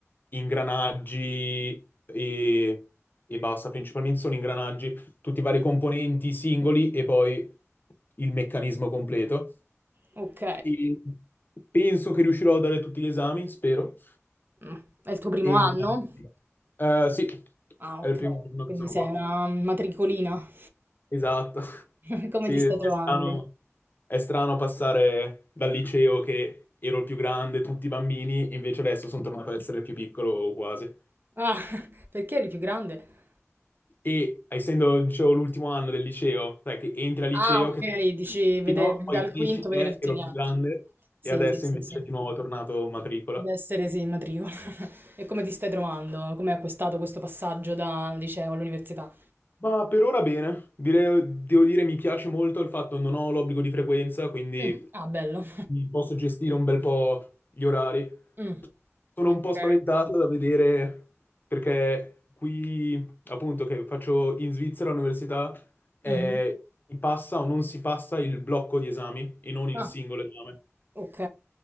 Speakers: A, on the left; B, on the right.
A: ingranaggi e, e basta, principalmente sono ingranaggi, tutti i vari componenti singoli e poi il meccanismo completo.
B: Ok.
A: E penso che riuscirò a dare tutti gli esami, spero.
B: Mm. È il tuo primo
A: Evita.
B: anno?
A: Eh, sì,
B: Ah,
A: è
B: ok.
A: il primo anno
B: Quindi
A: che sono
B: sei
A: qua.
B: una matricolina.
A: Esatto. <laughs>
B: <laughs> Come
A: Sì,
B: ti stai
A: è
B: trovando?
A: strano, è strano passare dal liceo che ero il più grande, tutti i bambini, e invece adesso sono tornato ad essere il più piccolo o quasi.
B: Ah, <laughs> perché eri più grande?
A: E essendo, dicevo, l'ultimo anno del liceo, sai che entri al liceo,
B: Ah, ok,
A: che sei
B: dici vede-
A: no, poi
B: dal
A: cresci,
B: quinto vedere
A: eh,
B: tutti
A: ero
B: gli
A: il
B: altri.
A: più grande,
B: Sì,
A: e adesso
B: sì, sì,
A: invece
B: sì. Ad
A: di nuovo è tornato matricola.
B: essere, sì, in matricola. <laughs> E come ti stai trovando? Come hai acquistato questo passaggio dal liceo all'università?
A: Ma per ora bene, Direi- devo dire mi piace molto il fatto che non ho l'obbligo di frequenza, quindi
B: Mm, Ah, bello.
A: mi posso gestire un bel po' gli orari.
B: Mm,
A: Sono
B: Ok.
A: un po' spaventato da vedere perché qui, appunto, che faccio in Svizzera all'università, eh,
B: Mhm.
A: si passa o non si passa il blocco di esami e non il
B: Ah,
A: singolo esame.
B: ok.